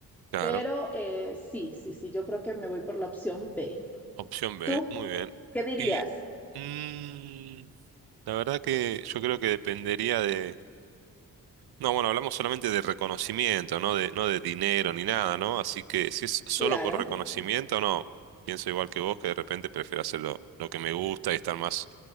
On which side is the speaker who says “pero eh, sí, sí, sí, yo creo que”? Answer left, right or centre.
Centre